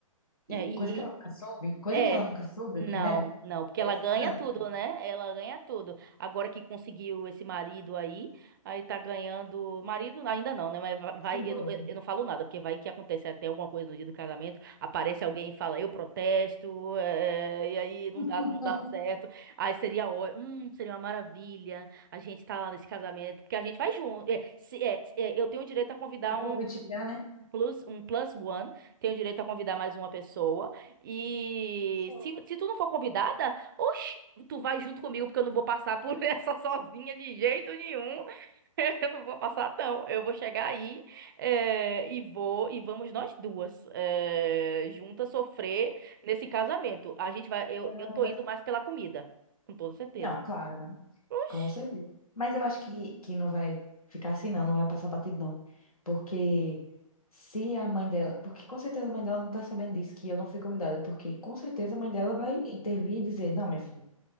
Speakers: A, on the right (about 35°); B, on the left (about 90°).
A: É,
B: E
A: e-
B: coisa que ela nunca soube, coisa
A: É.
B: que ela nunca soube o que
A: Não,
B: é,
A: não, porque
B: carteira
A: ela
B: assinada,
A: ganha
B: ela
A: tudo,
B: não sabe.
A: né? Ela ganha tudo. Agora que conseguiu esse marido aí, aí tá ganhando. Marido ainda não, né? Mas va- vai,
B: Esse doido,
A: eu, não- eu
B: né?
A: eu não falo nada, porque vai que acontece até alguma coisa no dia do casamento, aparece alguém e fala, eu protesto, é, e aí não
B: <laughs>
A: dá, não dá certo. Aí seria, ó- hum, seria uma maravilha a gente tá lá nesse casamento, porque a gente vai junto. É, se- é, é, eu tenho o direito a convidar
B: Se o convite
A: um
B: chegar, né?
A: plus, um plus one, tenho direito a convidar mais uma pessoa. E
B: Sou.
A: se, se tu não for convidada, oxi, tu vai junto comigo, porque eu não vou passar por <laughs> essa sozinha de jeito nenhum. <laughs> Eu não vou passar, não. Eu vou chegar aí, eh, e vou, e vamos nós duas, eh, juntas sofrer nesse casamento. A gente vai, eu,
B: Não,
A: eu tô
B: mas...
A: indo mais pela comida, com toda certeza.
B: Não, claro, né?
A: Oxi.
B: Com certeza. Mas eu acho que, que não vai ficar assim, não, não vai passar batido, não. Porque se a mãe dela. Porque com certeza a mãe dela não tá sabendo disso, que eu não fui convidada. Porque com certeza a mãe dela vai intervir e dizer: Não, minha filha.